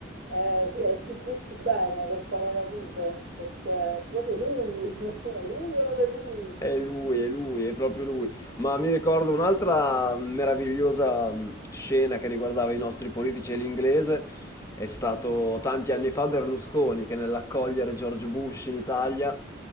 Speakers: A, on the right (about 65°); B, on the left (about 20°).
A: Eh, sì, e ti butti bene col paracadute perché è proprio lui. <laughs> È lui o non è lui?
B: È lui, è lui, è proprio lui. Ma mi ricordo un'altra meravigliosa mh, scena che riguardava i nostri politici e l'inglese. È stato tanti anni fa Berlusconi che nell'accogliere George Bush in Italia,